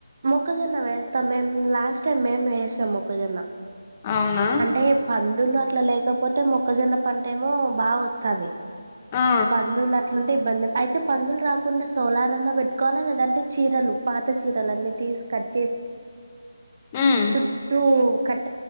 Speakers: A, on the right (about 45°); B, on the left (about 20°).
A: మొక్కజొన్న వేస్తాం మేం లాస్ట్ టైం మేము వేసినం మొక్కజొన్న
B: అవునా
A: అంటే పందులు అట్లా లేకపోతే మొక్కజొన్న పంట ఏమో బాగా వస్తది
B: ఆ
A: పందులక్ ఇట్లాంటే ఇబ్బంది అయితే పందులు రాకుండా సోలార్ అన్నా పెట్టుకోవాలా లేదంటే చీరలు పాత చీరలు అన్నీ కట్ చే
B: ఉమ్
A: చుట్టూ కట్ట